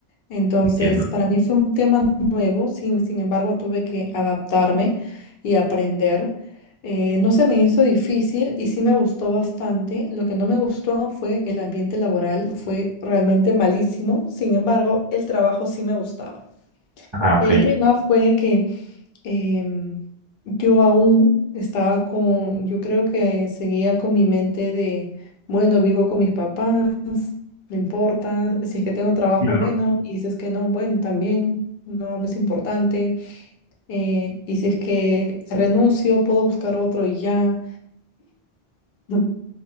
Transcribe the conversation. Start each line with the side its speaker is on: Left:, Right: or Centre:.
Left: Entonces,
Right: entiendo.
Left: para mí fue un tema nuevo, sin, sin embargo, tuve que adaptarme y aprender. Eh, no se me hizo difícil y sí me gustó bastante. Lo que no me gustó fue el ambiente laboral, fue realmente malísimo. Sin embargo, el trabajo sí me gustaba.
Right: Ah, ok.
Left: El tema fue que em, yo aún estaba con, yo creo que seguía con mi mente de, bueno, vivo con mis papás, no importa, si es que tengo trabajo,
Right: Claro.
Left: bueno, y si es que no, bueno, también, no, no es importante, eh, y si es que renuncio, puedo buscar otro y ya. <laughs>